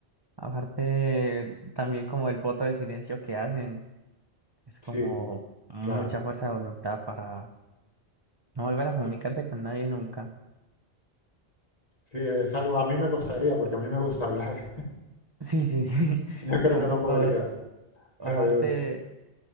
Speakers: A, on the right; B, on the left.
A: Aparte, también como el voto de silencio que hacen, es como
B: Sí,
A: mucha
B: Claro,
A: fuerza de voluntad para no volver a comunicarse con nadie nunca.
B: sí, es algo a mí me costaría porque a mí me gusta hablar.
A: Sí, sí, sí.
B: <laughs>
A: <laughs>
B: Yo creo
A: O
B: que
A: fotos,
B: no podría. O
A: aparte,
B: sea, yo-